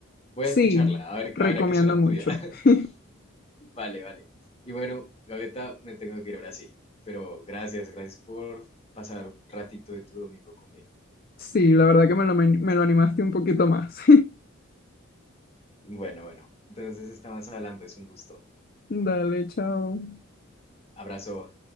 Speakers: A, on the left; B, on the left.
A: voy
B: Sí,
A: a escucharla, a ver,
B: recomiendo
A: a ver a qué suena
B: mucho.
A: tuya. <laughs>
B: <laughs>
A: Vale, vale. Y bueno, Gaviota, me tengo que ir ahora sí, pero gracias, gracias por pasar un ratito de tu domingo conmigo.
B: Sí, la verdad que me lo, men- me lo animaste un poquito más.
A: Bueno, bueno, entonces estamos hablando, es un gusto.
B: <laughs> Dale, chao.
A: Abrazo.